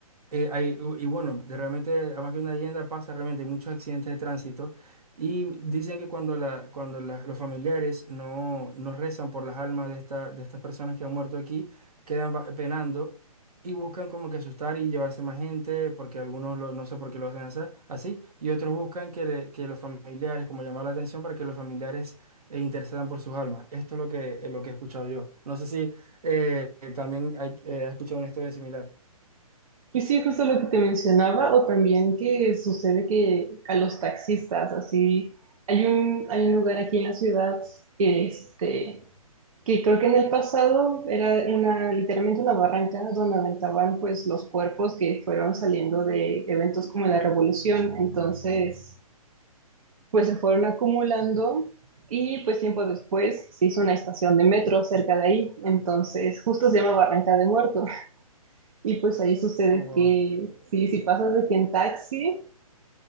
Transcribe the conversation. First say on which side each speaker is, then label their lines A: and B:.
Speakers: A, on the right; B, on the right.
A: eh, hay, y bueno, de realmente, además que una leyenda pasa, realmente hay muchos accidentes de tránsito y dicen que cuando, la, cuando la- los familiares no, no rezan por las almas de, esta, de estas personas que han muerto aquí, quedan va- penando y buscan como que asustar y llevarse más gente, porque algunos lo- no sé por qué lo hacen así, así, y otros buscan que, le- que los familiares, como llamar la atención para que los familiares eh, intercedan por sus almas. Esto es lo que, lo que he escuchado yo. No sé si eh, también hay- eh, has escuchado una historia similar.
B: Y sí, justo lo que te mencionaba, o también que sucede que a los taxistas, así, hay un, hay un lugar aquí en la ciudad que, este, que creo que en el pasado era una, literalmente una barranca donde aventaban pues los cuerpos que fueron saliendo de eventos como la revolución. Entonces pues se fueron acumulando y pues tiempo después se hizo una estación de metro cerca de ahí, entonces justo se llama Barranca de Muerto y pues ahí sucede
A: Oh, wow.
B: que si, si pasas de aquí en taxi,